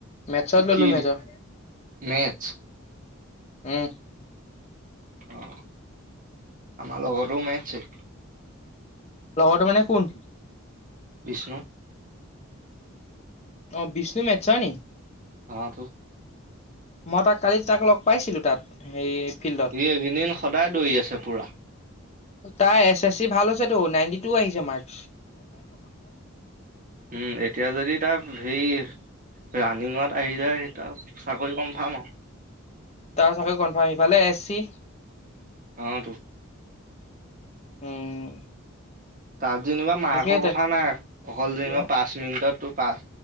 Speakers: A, on the left; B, on the right.
A: মেছত ললো
B: কি
A: মেজৰ।
B: মেথছ
A: উম
B: অ, আমাৰ লগৰ তেও মঠ এ।
A: লগৰটো মানে কোন?
B: বিষ্ণু।
A: অ, বিষ্ণু মেথছৰ নি?
B: আৰু।
A: মই তাক কালি তাক লগ পাইছিলো তাত সেই ফিল্ডত
B: স একেইদিন সদায় দৌৰি আছে পুৰা।
A: তাৰ এছ - এছ চি ভাল হৈছে তো নাইনটি টু আহিছে মাৰ্চ।
B: উম, এতিয়া যদি তাৰ সেই ৰানিঙত আহি যায় তাই চাকৰি কনফাৰ্ম।
A: তাৰ চাগে কনফাৰ্ম ইফালে এছ চি।
B: অটো।
A: উম,
B: তাত যেনিবা মাৰ্কৰ
A: তাকে
B: কথা নাই অকল
A: তেনে
B: যেনিবা পাঁচ মিনিটত তোৰ পাচ